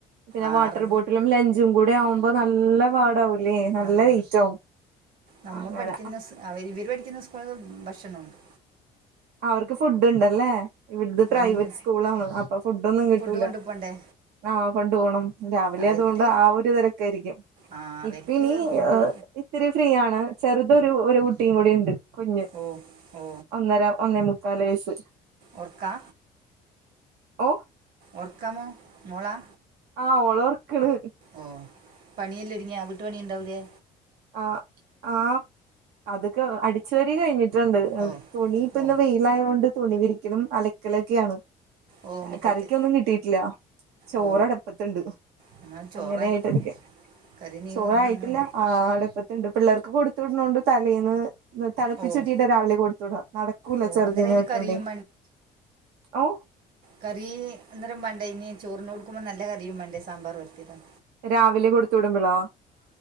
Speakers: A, on the right; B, on the right.
A: പിന്നെ
B: ആറ്
A: വാട്ടർ ബോട്ടിലും ലഞ്ചും കൂടി ആവുമ്പോ നല്ല പാടാ ല്ലേ നല്ല
B: നം
A: ലേറ്റാവും
B: നമ്മ
A: അങ്ങന
B: പഠിക്കുന്ന സ് അവര് ഇവര് പഠിക്കുന്ന സ്കൂൾൾല് ഭക്ഷണോണ്ട്
A: അവർക്ക് ഫുഡ്ണ്ടല്ലേ ഇവിട്ത് പ്രൈവറ്റ്
B: ഒന്നും
A: സ്കൂളാണ് അപ്പൊ ഫുടൊന്നും കിട്ടൂല
B: ഫുഡ് കൊണ്ടു പോണ്ടേ
A: ആഹ് കൊണ്ടു പോണം രാവിലെ
B: അവർക്ക്
A: അതുകൊണ്ട് ആ ഒരു തെരക്കായിരിക്കും
B: ആഹ് അവർക്ക്
A: ഇപ്പ <unintelligible>
B: ഫുഡ്
A: ആ ഇത്തിരി ഫ്രീ ആണ് ചെറുതൊരു ഒരു കുട്ടിയും കൂടി ഉണ്ട് കുഞ്ഞ്
B: ഓ ഓ
A: ഒന്നര ഒന്നേ മുക്കാല് വയസ്സ്
B: ഒർക്കാ
A: ഓ
B: ഒർക്കാമോ മോളാ
A: ആഹ് ഓളൊർക്ക്ണ്
B: ഓഹ് പണിയെല്ലൊര്ങ്യാ വീട്ട് പണിണ്ടാവൂലേ
A: ആഹ് ആഹ് അതൊക്കെ അടിച്ച്വാരി കഴിഞ്ഞ്ട്ട്ണ്ട്
B: ഓ
A: തുണിപ്പന്ന്
B: ഓ
A: വെയ് ലായോണ്ട് തുണി വിരിക്കലും അലക്കലൊക്കെയാണ്
B: ഓ മിറ്റത്ത്
A: കറിക്കൊന്നും കിട്ടീട്ടില്ല ചോറടപ്പത്ത്ണ്ട്
B: ഓ ഞങ്ങൾ ചോറായി
A: അങ്ങനായിട്ടിരിക്ക്
B: കറി നീ
A: ചോറായിട്ടില്ല
B: പറഞ്ഞ
A: ആ അട്പ്പത്ത്ണ്ട് പിള്ളേർക്ക് കൊടുത്ത് വിട്ണോണ്ട് തലേന്ന് തള്പ്പിച്ചൂറ്റിറ്റാ
B: ഓ
A: രാവിലെ കൊടുത്തൂടാ നടക്കൂല
B: ഓ
A: ചെർതിനെട്ടൊണ്ട്
B: അന്നേരം ഇനി കറിയും
A: <unintelligible>
B: കറീ അന്നേരം മാണ്ടയ്നി ചോറിന് കൊടുക്കുമ്മൊ നല്ല കറിയും മാണ്ടേ സാമ്പാറ് പോൽത്തെല്ലാം
A: രാവിലെ കൊടുത്ത് വിടുമ്പളോ